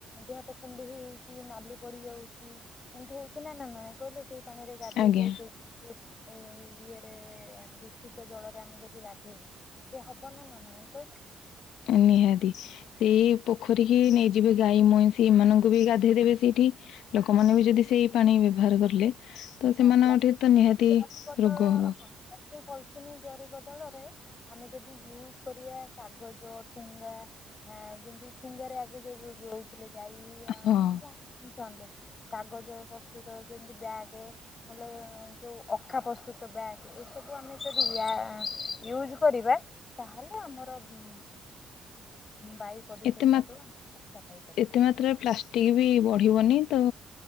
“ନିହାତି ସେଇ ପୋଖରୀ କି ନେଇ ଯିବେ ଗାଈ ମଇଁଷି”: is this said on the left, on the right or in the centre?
Left